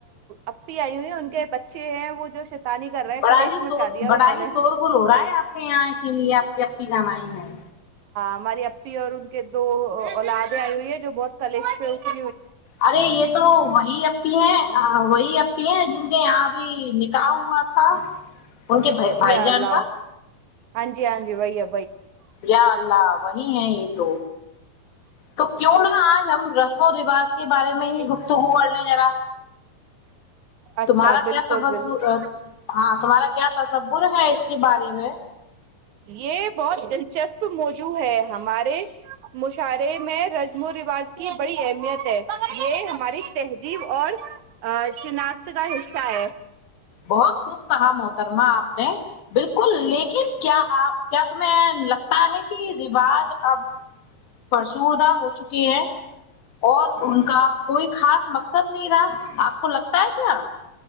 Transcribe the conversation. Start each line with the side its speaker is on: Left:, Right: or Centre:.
Right: اپی آئی ہوئی ان کے بچے ہیں وہ جو شیطانی کر رہے ہیں
Left: بڑا
Right: کلیش
Left: ہی
Right: مچا
Left: شور
Right: دیا
Left: بڑا
Right: انہوں
Left: ہی
Right: نے
Left: شور گن ہو رہا ہے آپ کے یہاں اسی لیے جب کی جانائی ہے
Right: ہماری اپی اور ان کے دو اولادیں آئی ہوئی ہے جو بہت کلش پہتی
Left: ارے یہ تو وہی ای ہیں وہی ای ہیں جن کے یہاں ابھی نکاح ہوا تھا ان کے بھائی
Right: یا
Left: جان
Right: اللہ
Left: کا
Right: ہاں جی ہاں جی بییا
Left: یا اللہ وہی ہے یہ تو تو کیوں نہا آج ہم رس وہ روج کے بارے میں ہی
Right: ہے
Left: گفتگو انے ذرا
Right: اچھا
Left: تمہارا
Right: بالکل
Left: کیا توج
Right: بالکل
Left: ہاں تمہارا کیا ت سب بر ہے ک کے بارے میں
Right: یہ بہت دلچسپ موجوع ہے ہمارے مشاعرے میں رسم و رواج کی بڑی اہمیت ہے یہ ہماری تہذیب اور شناخت کا حصہ ہے
Left: بہت خوب کہم ہوترما آپ بالکل لیکن کیا کیا تمہیں لگتا ہے کی رواج اب فرسوردہ ہو چکی ہے اور ان کا کوئی خاص مقصد نہیں رہا آپ کو لگتا ہے کیا